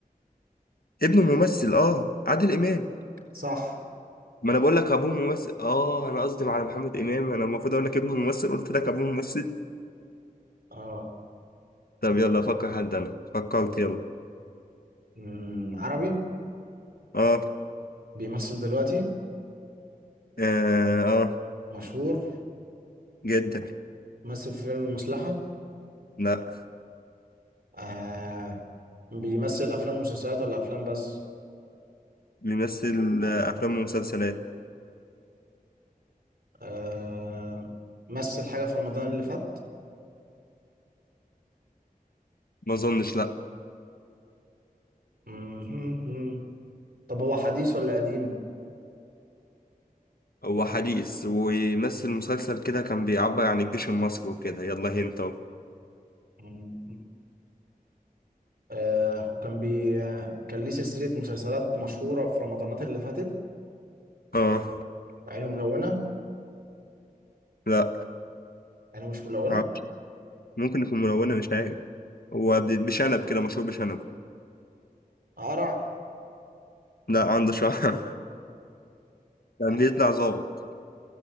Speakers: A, on the left (about 75°); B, on the right (about 80°).
A: ابنه ممثل اه عادل إمام
B: صح
A: ما انا بقول لك ابوه ممثل اه انا قصدي على محمد امام انا المفروض اقول لك ابنه ممثل قلت لك ابوه ممثل
B: اه
A: طب يلا افكر حد انا فكرت يلا
B: أمم، عربي
A: اه
B: بيمثل دلوقتي
A: آه, آه
B: مشهور
A: جدا
B: مثل في فيلم المصلحة
A: لا
B: آه بيمثل افلام ومسلسلات ولا افلام بس
A: بيمثل آه، أفلام ومسلسلات
B: آه مثل حاجة في رمضان اللي فات
A: ما أظنش لا
B: مهم. طب هو حديث ولا قديم
A: هو حديث ويمثل مسلسل كده كان بيعبر عن الجيش المصري وكده يلا هنت أهو
B: مهم. آه وكان بي آه، كان ليه سلسلة مسلسلات مشهورة في رمضانات اللي فاتت
A: آه
B: عينه ملونة
A: لا
B: عينه مش ملونة
A: معرفش ممكن يكون ملونة مش عارف هو ب- بشنب كده مشهور بشنب
B: قرع
A: لا عنده شعر <laughs> كان
B: آه،
A: بيطلع ظابط